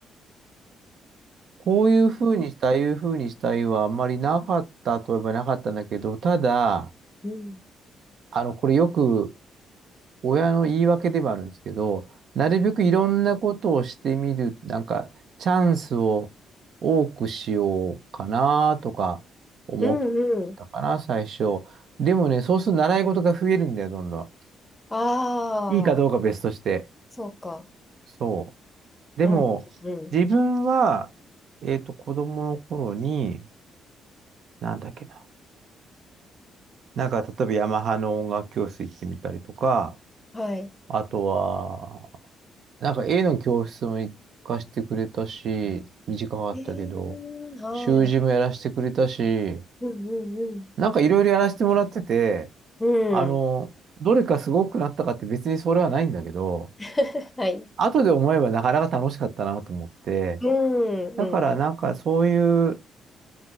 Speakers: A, on the right; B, on the left.
A: こういうふうにしたい、ああいうふうにしたいはあんまりなかったといえばなかったんだけど、ただ、
B: うん
A: あの、これよく親の言い訳ではあるんですけど、なるべくいろんなことをしてみる、なんか、チャンスを多くしようかなとか思っ
B: うんうん。
A: たかな、最初。でもね、そうすると習い事が増えるんだよ、どんど
B: あああ、
A: ん。いいかどうか別として。
B: そうか。
A: そう。でも、
B: うんうん。
A: 自分は、えっと、子供の頃に、なんだっけな。なんか、例えばヤマハの音楽教室行ってみたりとか、
B: はい。
A: あとは、なんか絵の教室も行かしてくれたし、短かったけど、
B: えー、はい。
A: 習字もやらせてくれたし、
B: うんうん
A: なんかいろいろやらせてもらってて、
B: うん。
A: あの、
B: うん
A: どれかすごくなったかって別にそれはないんだけど、
B: <laughs> はい。
A: 後で思えばなかなか楽しかったなと思って、
B: うんうんう
A: だからなんかそういう